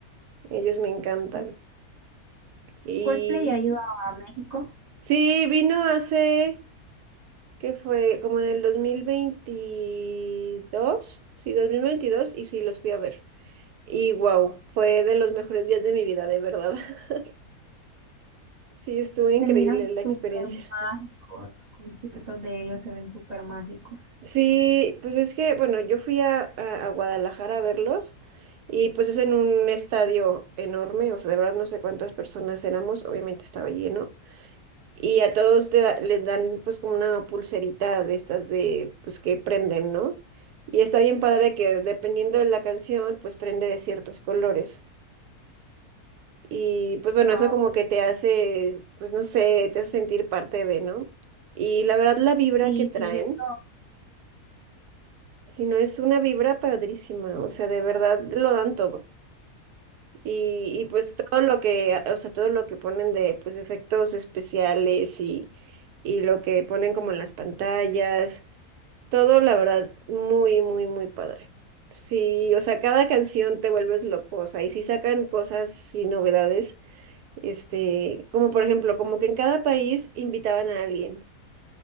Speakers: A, on the right (about 80°); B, on the right (about 30°).
A: ellos me encantan.
B: Uh,
A: Y
B: Coldplay ha ido a México.
A: sí, vino hace... que fue como en el dos mil veintidós sí, dos mil veintidós y sí, los fui a ver. Y wow, fue de los mejores días de mi vida, de verdad. <laughs> Sí, estuvo
B: Se
A: increíble
B: miran súper
A: la experiencia.
B: mágicos. Los conciertos de ellos se ven súper mágicos.
A: Sí, pues es que, bueno, yo fui a, a- a Guadalajara a verlos y pues es en un estadio enorme, o sea, de verdad no sé cuántas personas éramos, obviamente estaba lleno. Y a todos te da- les dan pues como una pulserita de estas de pues que prenden, ¿no? Y está bien padre que dependiendo de la canción pues prende de ciertos colores. Y pues bueno,
B: Wow.
A: eso como que te hace pues no sé, te hace sentir parte de, ¿no? Y la verdad la vibra
B: Sí,
A: que traen,
B: sí, yo eso-
A: si no es una vibra padrísima, o sea, de verdad lo dan todo. Y, y pues todo lo que, o sea, todo lo que ponen de pues efectos especiales y, y lo que ponen como en las pantallas. Todo, la verdad, muy, muy, muy padre. Sí, o sea, cada canción te vuelves loco, o sea, y si sacan cosas y novedades, este, como por ejemplo, como que en cada país invitaban a alguien.